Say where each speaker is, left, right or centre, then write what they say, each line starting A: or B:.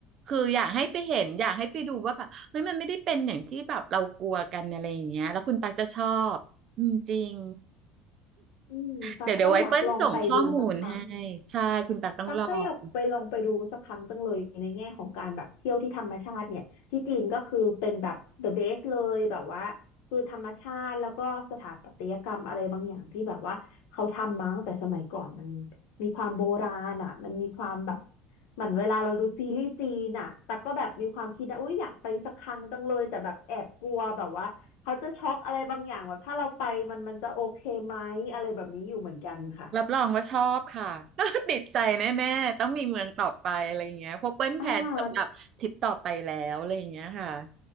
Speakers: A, on the right; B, on the left.
A: คืออยากให้ไปเห็นอยากให้ไปดูว่าแบบเฮ้ยมันไม่ได้เป็นอย่างที่แบบเรากลัวกันอะไรอย่างเงี้ยแล้วคุณตักจะชอบอืมจริง
B: อืมตั๊กก็อยากลองไปดูสักครั้ง
A: เดี๋ยวเดี๋ยวไว้เปิ้ลส่งข้อมูลให้ใช่คุณตักต้องลอง
B: ตั๊กก็อยากไปลองไปดูสักครั้งจังเลยในแง่ของการแบบเที่ยวที่ธรรมชาติเนี่ยที่จีนก็คือเป็นแบบ the best เลยแบบว่าคือธรรมชาติแล้วก็สถาปัตยกรรมอะไรบางอย่างที่แบบว่าเขาทำมาตั้งแต่สมัยก่อนมันมีความโบราณอ่ะมันมีความแบบเหมือนเวลาเราดูซีรีส์จีนอ่ะตั๊กก็แบบมีความคิดนะอุ้ยอยากไปสักครั้งจังเลยแต่แบบแอบกลัวแบบว่าเขาจะช็อกอะไรบางอย่างแบบถ้าเราไปมันมันจะโอเคไหมอะไรแบบนี้อยู่เหมือนกันค่ะ
A: รับรองว่าชอบค่ะ <laughs> ติดใจแน่ๆต้องมีเมืองต่อไปอะไรอย่างเงี้ยเพราะเปิ้ลแผนสำหรับทริปต่อไปแล้วอะไรอย่างเงี้ยค่ะ
B: อ่า